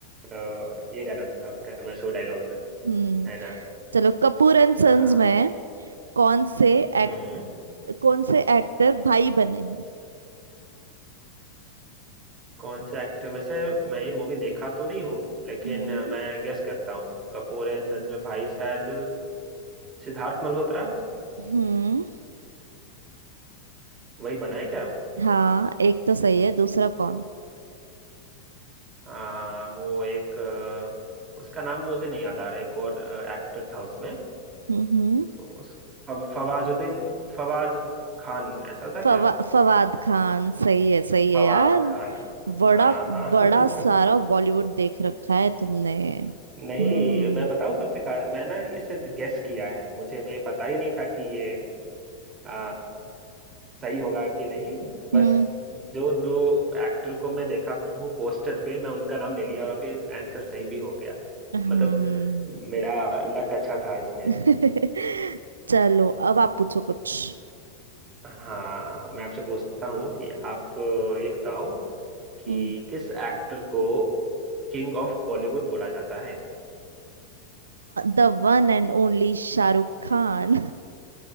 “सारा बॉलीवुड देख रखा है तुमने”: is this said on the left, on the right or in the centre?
Right